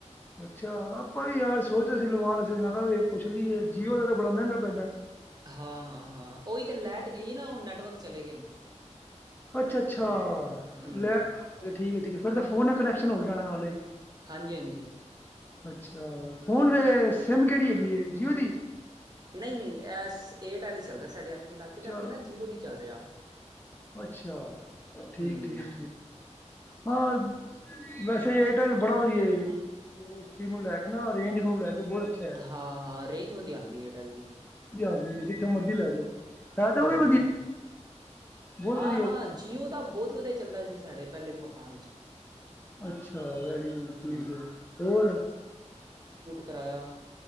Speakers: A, on the left (about 15°); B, on the right (about 35°).
A: ਅੱਛਾ ਆਪਾਂ ਵੀ ਯਾਰ ਸੋਚ ਅ ਸੀ, ਲਵਾਨ ਅ ਲਗਾ ਪੁੱਛ ਲਈਏ ਜੀਓ, ਦਾ ਤਾਂ ਬੜਾ ਮਹਿੰਗਾ ਪੈਲ
B: ਹਾਂ-ਹਾਂ-ਹਾਂ, ਉਹੀ ਤਾਂ ਲੈਟ ਗਈ ਹੈ, ਨਾ ਉਹ ਨੈਟਵਰਕ ਚਲੇ ਗਏ ਨੇ।
A: ਅੱਛਾ-ਅੱਛਾ,
B: ਹੂੰ
A: ਲੈ ਠੀਕ-ਠੀਕ ਫੇਰ ਤਾਂ ਫੋਨ ਨਾਲ ਕਨੈਕਸ਼ਨ ਹੋ ਜਾਣਾ ਹਾਲ ਹੀ।
B: ਹਾਂਜੀ-ਹਾਂਜੀ,
A: ਅੱਛਾ, ਫੋਨ ਸਿਮ ਕਿਹੜੀ ਹੈਗੀ ਹੈ, ਜੀਓ ਦੀ?
B: ਨਹੀਂ ਨਹੀਂ ਇਸ ਏਅਰਟੈਲ ਹੀ ਚੱਲਦਾ, ਸਾਡੇ ਇੱਥੇ ਇਲਾਕੇ
A: ਚਲੋ
B: ਇੱਥੇ ਨਾ ਜੀਓ ਨਹੀਂ ਚੱਲ ਰਿਹਾ।
A: ਅੱਛਾ ਠੀਕ
B: ਹੂੰ
A: ਈ ਹੈ। ਹਾਂ ਵੈਸੇ ਏਅਰਟੈਲ ਬੜਾ ਵਧੀਆ ਹੈ। ਉਹ ਇਸ ਚੀਜ਼ ਨੂੰ ਲੈ ਕੇ ਨਾ ਅਰੇਂਜ ਨੂੰ ਲੈ ਕੇ ਬਹੁਤ ਅੱਛਾ,
B: ਹਾਂ ਹਾਂ ਰੇਂਜ ਵਧੀਆ ਆਉਂਦੀ ਏਅਰਟੈਲ ਦੀ
A: ਆਦ ਜਿੱਥੇ ਮਰਜ਼ੀ ਲੈ ਜਾਓ। ਹੈ ਤੇ
B: ਹੂੰ
A: ਉਹ ਵੀ ਵਧੀਆ,
B: ਹੂੰ
A: ਬਹੁਤ
B: ਹਾਂ
A: ਵਧੀਆ
B: ਹਾਂ ਜੀਓ ਤਾਂ ਬਹੁਤ ਵਧੀਆ ਚੱਲਦਾ ਸੀ, ਸਾਡੇ ਪਹਿਲੇ ਮਕਾਨ ਵਿੱਚ।
A: ਅੱਛਾ, ਵੈਰੀ ਗੁੱਡ ਠੀਕ
B: ਹੂੰ
A: ਹੈ ਹੋਰ।
B: ਕਿਰਾਇਆ,